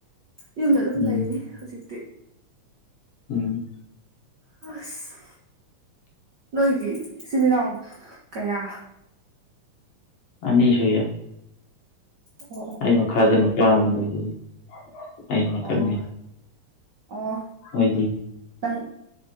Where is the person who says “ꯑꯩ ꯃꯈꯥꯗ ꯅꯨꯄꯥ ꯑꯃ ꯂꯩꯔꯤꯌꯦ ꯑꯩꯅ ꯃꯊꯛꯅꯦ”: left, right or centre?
Left